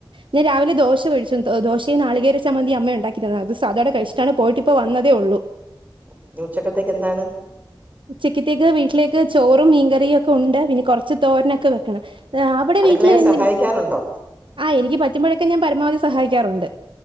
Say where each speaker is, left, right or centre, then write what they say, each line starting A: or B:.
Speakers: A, on the right; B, on the right.
A: ഞാൻരാവിലെ ദോശ കഴിച്ചു ദോശയും നാളികേരചമന്തിയും അമ്മ ഉണ്ടാക്കിതന്നു അത് സാധോടെ കഴിച്ചിട്ടാണ് പോയിട്ട് പ്പൊവന്നതേഒള്ളൂ
B: ഇന്ന് ഉച്ചക്കത്തേക്ക് എന്താണ്
A: ഉച്ചക്കത്തേക്ക് വീട്ടിലേക്ക് ചോറും മീൻകറിയുംഒക്കെഉണ്ട് പിന്നെ കൊറച്ച് തോരനൊക്കെ വെക്കണം അവിടെ
B: അടുക്കളയിൽ
A: വീട്ടിൽ എന്തെ,
B: സഹായിക്കാറുണ്ടോ
A: ആ എനിക്ക് പറ്റുമ്പോഴൊക്കെ ഞാൻ പരമാവധി സഹായിക്കാറുണ്ട്.